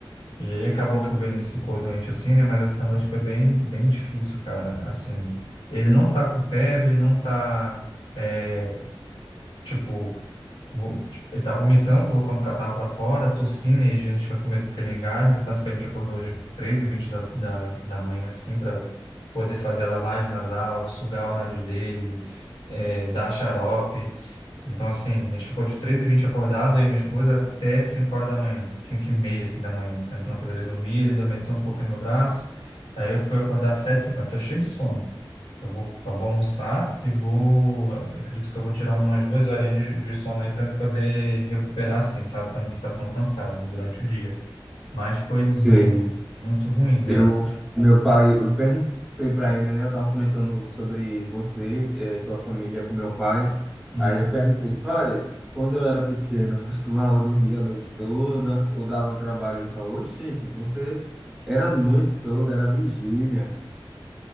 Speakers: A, on the left; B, in the centre.
A: E aí acabou que o Vinícius ficou doente assim, né? Mas essa noite foi bem, bem difícil, cara. Assim, ele não tá com febre, não tá, é, tipo, vo- ele tá vomitando, colocando o catarro pra fora, tossindo, e a gente fica com medo porque ele engasga. Tanto que a gente acordou hoje 13 e vinte da, da, da manhã, assim, para poder fazer a lavagem nasal, sugar o nariz dele, é, dar xarope. Então, assim, a gente ficou de três e vinte acordado, eu e minha esposa, até 5 horas da manhã, 5 e meia, assim, da manhã, tentando fazer ele dormir, ele adormeceu um pouco no meu braço, aí eu fui acordar às 7h50, tô cheio de sono. Eu vou, eu vou almoçar e vou, acredito que eu vou tirar umas duas horinhas de, de sono aí para poder recuperar, assim, sabe, para não ficar tão cansado durante o dia. Mas foi
B: Sei.
A: mu- muito, ruim, né?
B: Eu, meu pai, eu perguntei pra ele, né? Eu tava comentando sobre você eh, e sua família com meu pai.
A: Uhum,
B: Aí eu perguntei, pai, quando eu era pequeno, eu costumava dormir a noite toda ou dava trabalho? Ele falou, gente, você era a noite toda, era vigília.